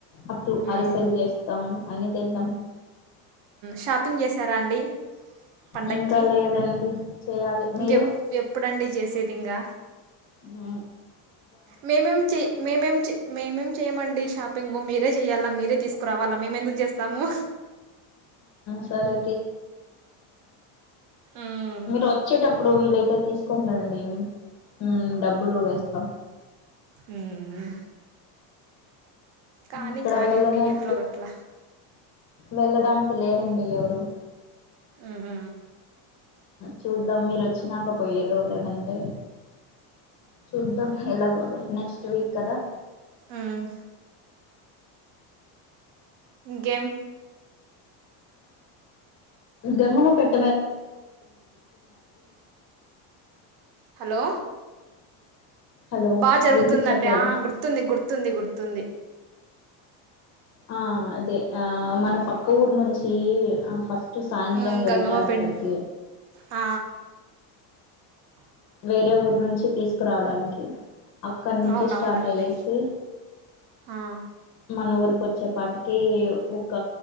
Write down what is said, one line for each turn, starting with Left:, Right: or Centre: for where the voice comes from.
Left: అట్లు
Right: మ్మ్.
Left: అరిసెలు చేస్తాం అన్ని చేద్దాం
Right: షాపింగ్ చేసారా అండి పండకి
Left: ఇంకా లేదండి చేయాలి
Right: ఇంకె
Left: మీరు
Right: ఎప్పుడుండి చేసేది ఇంకా
Left: ఆ
Right: మేమేం చే మేమేం మేమేం చేయమండి షాపింగ్ మీరే చేయాలా మీరే తీసుకు కురావాలా మేము ఎందుకు చేస్తాము
Left: సరే
Right: ఉమ్,
Left: మీరొచ్చేటప్పుడు వీలైతే తీసుకుని రండి మ్మ్ డబ్ బులు వేస్తాం
Right: ఉమ్, కానీ
Left: ఇక్కడ
Right: కానిండి
Left: వెళ్ళడానికి
Right: ఎట్లోగట్ల
Left: వెళ్ళడానికి లేరండి ఎవరు
Right: మ్మ్
Left: చూద్దాం మీరు వచ్చినాక పోయేదో లేదంటే చూద్దాం ఎలా నెక్స్ట్ వీక్ కదా
Right: మ్మ్ ఇంకేం
Left: గంగమ్మ పెట్
Right: హలో
Left: హలో
Right: బా జరుగుతుందండి
Left: వినిపించట్లేదా
Right: ఆ గుర్తుంది గుర్తుంది గుర్తుంది
Left: ఆ అదే మన పక్క ఊరు నుంచి ఫస్ట్ సాయంత్రం
Right: ఉమ్,
Left: వెళ్తారు
Right: గంగమ్మ
Left: అక్కడికి
Right: పెం
Left: దే
Right: ఆ
Left: వేరే ఊరు నుంచి తీసుకురావడానికి అక్కడ నుంచి
Right: అవునవునండి
Left: స్టార్ట్ అయ్యేసి
Right: ఆ
Left: మన ఊరు కొచ్చేపాటికి ఒక